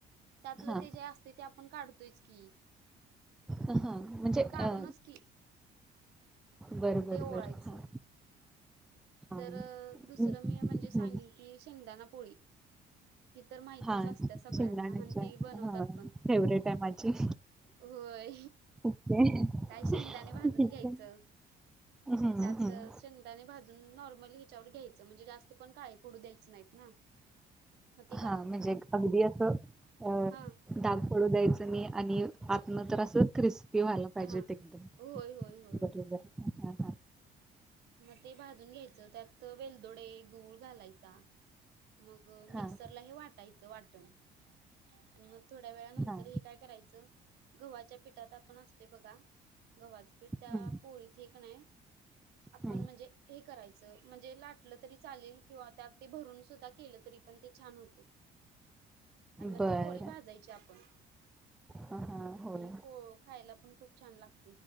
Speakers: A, on the right; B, in the centre.
A: त्यातलं
B: हा
A: ते जे असते ते आपण काढतोयच की.
B: अ हा म्हणजे
A: ते
B: अ.
A: काढूनच की
B: बर बर
A: ते ओळायचं.
B: बर हा. हा
A: तर दुसरं
B: हम्म
A: मी म्हणजे सांगन की, शेंगदाणा पोळी. ही तर माहितच
B: हा
A: असत्या सगळ्यांना
B: शिंगदाण्याच
A: आणि ती बनवतात
B: हा
A: पण.
B: फेवरेट आहे माझी.
A: होय.
B: ओके.
A: काय शेंगदाणे भाजून
B: ठीक
A: घ्यायचं
B: आहे. हं,
A: त्यात
B: हं.
A: शेंगदाणे भाज नॉर्मली याच्यावर घ्यायचं म्हणजे जास्त पण काळे पडू द्यायचं नाहीत ना हाद
B: ह म्हणजे अगदी असं अ
A: हा
B: दाब पडू द्यायचं मी आणि. आन तर असं क्रिस्पी व्हाला पाहिजेत
A: हा
B: एकदम
A: होय होय होय.
B: बरोबर हा हा.
A: मग ते भाजून घ्यायचं त्यात वेलदोडे गुळ घालायचा. मग मिक्सरलाही
B: हां,
A: वाटायचं वाटण. आणि मग थोड्या वेळा नंतर
B: हां,
A: हे काय करायचं, गव्हाच्या पिठात आपण असतंय बघा. गव्हाचं पीठ त्या
B: हं,
A: पोळीत ही की नाही. आपण
B: हं.
A: म्हणजे हे करायचं म्हणजे लाटलं तरी चालेल किंवा त्यात ते भरून सुद्धा केलं तरी पण ते छान होते, आणि मग
B: बरं.
A: ती पोळी भाजायची आपण.
B: हां, हां,
A: म्हणजे
B: होय.
A: पो खायला पण खूप छान लागत